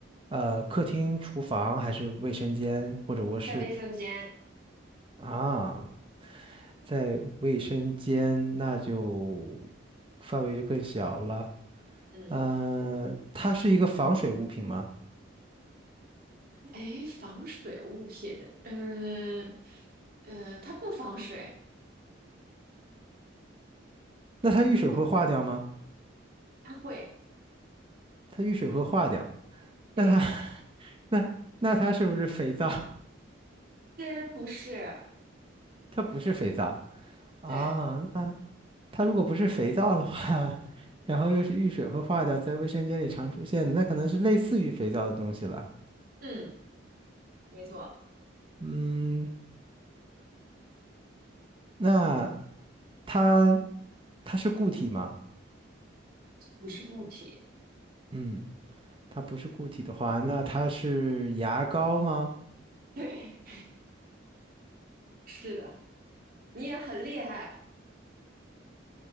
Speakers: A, on the right (about 25°); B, on the right (about 45°).
A: 呃客厅、厨房，还是卫生间或者卧室？
B: 在卫生间。
A: 啊在卫生间那就范围就更小了。
B: 嗯。
A: 嗯、它是一个防水物品吗？
B: 哎，防水物品，嗯嗯，呃它不防水，
A: 那它遇水会化掉吗？
B: 它它会，
A: 它遇水会化掉。
B: 对，
A: 那它 <laughs> 那那它是不是肥皂？
B: 这不是，
A: <laughs> 它不是肥皂啊。
B: 对，
A: 那它如果不是肥皂的话，<laughs> 然后又是遇水会化掉，在卫生间里常出现的，那可能是类似于肥皂的东西了。
B: 嗯，没错，
A: 嗯，那它它是固体吗？
B: 不是固体，
A: 嗯，它不是固体的话，那它是牙膏吗？
B: 对，<laughs> 是的，你也很厉害，